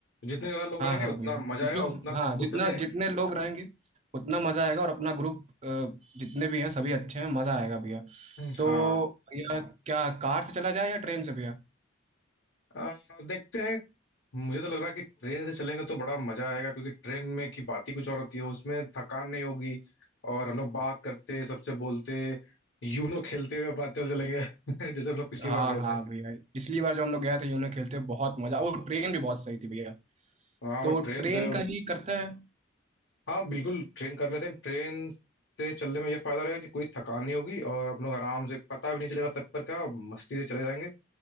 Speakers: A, on the left; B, on the right.
A: जितने ज्यादा लोग
B: हाँ
A: रहेंगे
B: हाँ
A: उतना
B: भैया
A: मजा आएगा
B: जो
A: उतना
B: हाँ जितना
A: उतने
B: जितने लोग रहेंगे उतना मज़ा आएगा और अपना ग्रुप जितने भी हैं सभी अच्छे हैं मज़ा आएगा भैया तो
A: हाँ
B: भैया क्या कार से चला जाए या ट्रेन से भैया
A: अ, देखते हैं मुझे तो लग रहा है कि ट्रेन से चलेंगे तो बड़ा मजा आएगा क्योंकि ट्रेन में की बात ही कुछ और होती है उसमें थकान नहीं होगी और हम लोग बात करते सबसे बोलते यूनो खेलते हुए अपना चल चलेंगे <laughs> जैसे हम लोग पिछली
B: हाँ
A: बार गए
B: हाँ
A: थे
B: भैया पिछली बार जब हम लोग गए थे यूनो खेलते बहुत मज़ा वो ट्रेन भी बहुत सही थी भैया
A: हाँ
B: तो
A: वो ट्रेन
B: ट्रेन
A: तो
B: का ही करते हैं
A: हाँ बिल्कुल ट्रेन कर लेते हैं ट्रेन से चलने में ये फायदा रहेगा कि कोई थकान नहीं होगी और हम लोग आराम से पता भी नहीं चलेगा सफर का मस्ती से चले जाएंगे